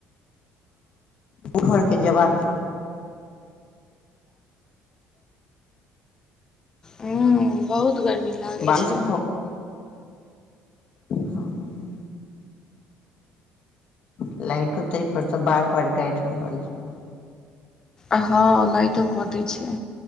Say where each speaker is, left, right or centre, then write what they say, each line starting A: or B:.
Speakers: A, on the left; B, on the left.
A: ओ घऽरके जबाब देही।
B: हुं बहुत। गरमी लागै
A: बारिश
B: छै।
A: हँ, हँ, हँ। लाइटो ताहि पर तऽ बार- बार काटि रहल छै।
B: आहँ लाइटो कऽटै छै।